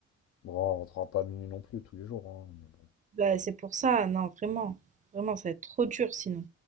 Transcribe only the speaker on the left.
Bon, on rentrera pas à minuit non plus tous les jours, hein, mais bon.